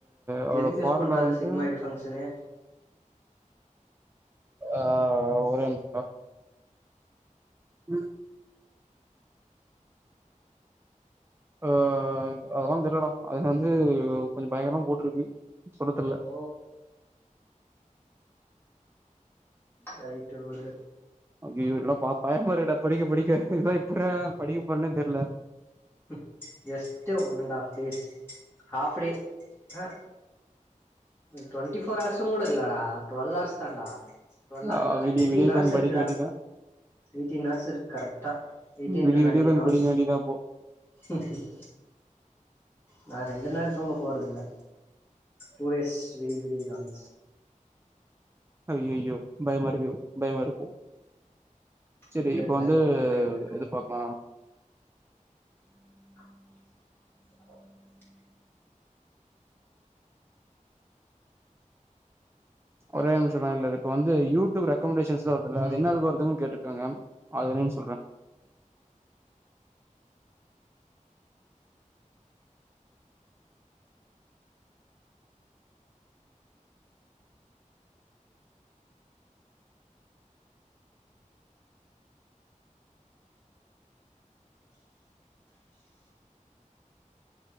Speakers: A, on the right; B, on the left.
A: அதோட
B: தெதுக்கு
A: ஃபார்முலா
B: யூஸ் பண்ற அந்த
A: வந்து
B: சிக்மாயடு ஃபங்க்ஷனு
A: ஆ ஒரே நிம்ஷோ உம் ஆ அதெல்லா தெர்லடா அது வ து கொஞ்சோ பயங்கரமா போட்டிருக்கு சொல்ல தெர்ல
B: ஓ லைட்டு உடு
A: அய்யய்யோ என்னடா பா பயமா இருக்குடா படிக்க படிக்க இதலா இப்புறா படிக்க போறனே தெர்ல
B: உம் just one and half days half day ஆ டுவென்டி ஃபோர் ஹார்சும் கூட இல்லடா டுவல்வ் ஹார்ஸ் தான்டா டுவல்லா
A: ஆ
B: இல்லல்ல
A: விடிய
B: எயிட்டீன்
A: விடிய உக்காந்து
B: ஹார்ஸ்
A: படிக்க
B: இருக்குடா
A: வேண்டியதான்
B: எயிட்டீன் ஹார்ஸ் இரு கரெக்டா எயிட்டீன்
A: விடிய
B: டூ நைன்டீன்
A: விடிய உக்காந்து
B: ஹார்ஸ்
A: படிக்க வேண்டியதான் அப்போ
B: உம் உம் நா ரெண்டு நாள் தூங்க போறதில்ல டூ டேஸ் விடி விடிய இதா <inaudible>
A: அய்யய்யோ பயமா இருக்கு பயம இருக்கோ செரி
B: விடு
A: இப்ப
B: பயத்தவே
A: வந்து
B: பயந்துட்டோ
A: எது பாக்கலா
B: <unintelligible>
A: ஒரே நிமிஷம் லயின்ல இரு இப்ப வந்து யூடியூப் ரெகம்டேஷன்ஸ்லா வருதுல
B: ம்
A: அது என்ன அல்கோரிதம்னு கேட்டுருக்காங்க அது என்னென்னு சொல்றே